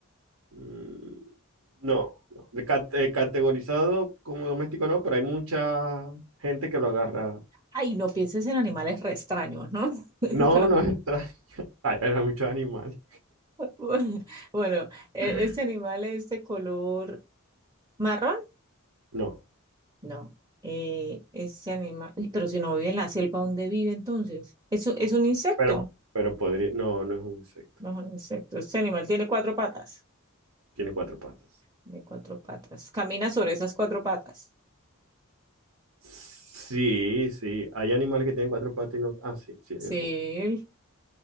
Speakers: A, on the right; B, on the right.
A: Mm, no, no. De cat- eh, categorizado como doméstico no, pero hay mucha gente que lo agarra.
B: Ay, no pienses en animales re extraños, ¿no? <laughs> No.
A: No, no entra. <laughs> Hay, hay muchos animales.
B: Bueno, bueno, e-
A: <laughs>
B: ¿este animal es de color marrón?
A: No,
B: No. Eh, ese animal, Uy, pero si no vive en la selva, ¿dónde vive entonces? ¿Es, un- es un insecto?
A: pero, pero podría. No, no es un insecto.
B: No es un insecto. Este animal tiene cuatro patas.
A: Tiene cuatro patas.
B: Tiene cuatro patas. Camina sobre esas cuatro patas.
A: Sí, sí. Hay animales que tienen cuatro patas y no. Ah, sí, sí,
B: Sí,
A: hay algunos.